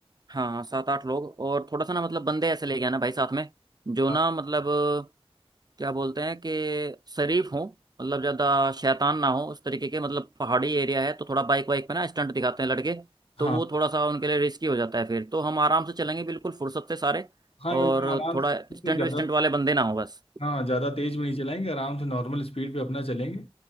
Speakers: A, on the right; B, on the left.
A: हाँ सात आठ लोग और थोड़ा सा ना मतलब बंदे ऐसे लेके आना भाई साथ में जो
B: हाँ
A: ना मतलब अ, क्या बोलते हैं कि शरीफ हो मतलब ज्यादा शैतान ना हो उस तरीके के मतलब पहाड़ी एरिया है तो थोड़ा बाइक वाइक पे ना स्टंट दिखाते हैं लड़के
B: हाँ।
A: तो वो थोड़ा सा उनके लिए रिस्की हो जाता है फिर तो हम आराम से चलेंगे बिल्कुल फुर्सत से सारे
B: हाँ
A: और
B: एकदम आराम
A: थोड़ा
B: से तो तो
A: स्टंट
B: ज्यादा
A: विस्टंट वाले बंदे ना हो बस
B: हाँ ज्यादा तेज भी नहीं चलाएंगे आराम से नॉर्मल स्पीड पे अपना चलेंगे